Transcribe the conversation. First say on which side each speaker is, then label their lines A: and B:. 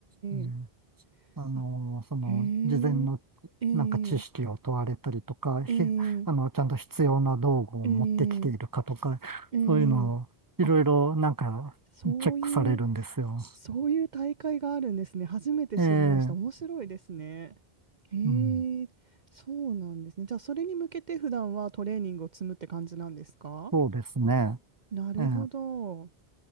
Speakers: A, on the right; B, on the right.
A: うん、
B: え
A: あの、
B: あ、
A: その、
B: へえ、
A: 事前の
B: え
A: なんか知識を問われたりとか、
B: え
A: ひ、
B: ええ
A: あの、ちゃんと必要な道具を持ってきているかとか、
B: ええええあ、
A: そういうのをいろいろなんかチェックされるんですよ。
B: そういう、そういう大会があるんですね。初めて知りました。
A: ええ、
B: 面白いですね。へえ、
A: うん、
B: そうなんですね。じゃあ、それに向けて普段はトレーニングを積むって感じなんですか
A: そうですね。
B: なるほど。
A: ええ、